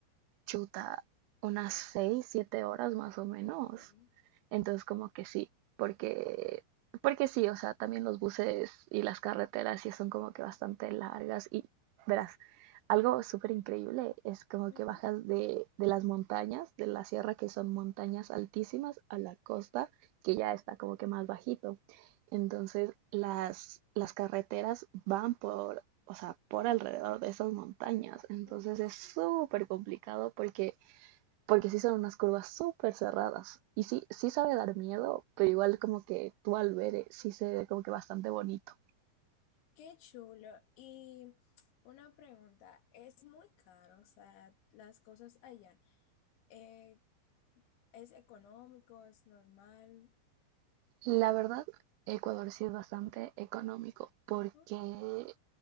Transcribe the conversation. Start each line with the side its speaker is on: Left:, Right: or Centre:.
Right: chuta, unas 6, 7 horas más o menos.
Left: Okay.
Right: Entonces, como que sí, porque, porque sí, o sea, también los buses y las carreteras sí son como que bastante largas y verás, algo súper increíble es como
Left: Ujú.
Right: que bajas de, de las montañas, de la sierra, que son montañas altísimas, a la costa, que ya está como que más bajito. Entonces, las, las carreteras van por, o sea, por alrededor de esas montañas. Entonces,
Left: Ok.
Right: es súper complicado porque porque sí son unas curvas súper cerradas. Y sí, sí sabe dar miedo, pero igual como que tú al ver eh, sí se ve como que bastante bonito.
Left: Qué chulo. Y una pregunta, ¿es muy caro? O sea, las cosas allá, eh, ¿es económico? ¿Es normal?
Right: La verdad, Ecuador sí es bastante económico porque,
Left: Oh,